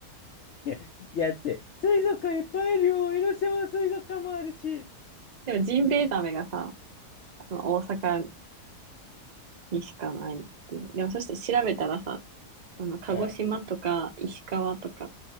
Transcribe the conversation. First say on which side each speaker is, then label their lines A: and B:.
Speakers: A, on the left; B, on the right.
A: いや、いやだって、水族館いっぱいいるよ。江ノ島水族館もあるし。
B: でも、ジンベエザメがさ、その大阪にしかないっていう。でも、そして調べたらさ、あの、鹿児島とか石川とか、
A: う